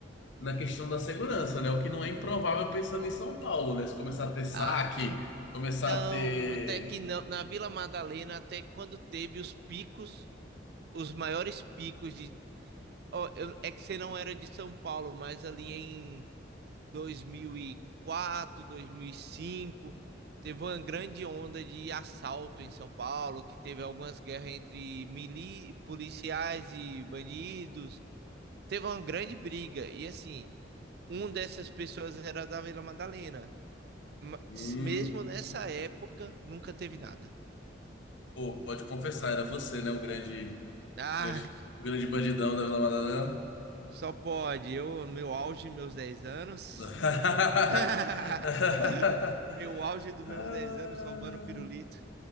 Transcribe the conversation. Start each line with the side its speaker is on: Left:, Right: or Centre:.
Left: na questão da segurança, né? O que não é improvável pensando em São Paulo, né? Se começar a ter saque,
Right: Ah, então,
Left: começar a ter.
Right: até que não, na Vila Madalena, até quando teve os picos, os maiores picos de. ó, eu- é que você não era de São Paulo, mas ali em 2004, 2005, teve uma grande onda de assalto em São Paulo, que teve algumas guerras entre mili, policiais e bandidos teve uma grande briga. E assim, Uma dessas pessoas era da Vila Madalena. Mas
Left: Hum,
Right: mesmo nessa época, nunca teve nada.
Left: pô, pode confessar, era você, né? O grande,
Right: Ah,
Left: grande, o grande bandidão da Vila Madalena.
Right: só pode. Eu, meu auge, meus 10 anos.
Left: <laughs>
Right: <laughs> meu auge dos meus
Left: Ah.
Right: 10 anos roubando pirulito.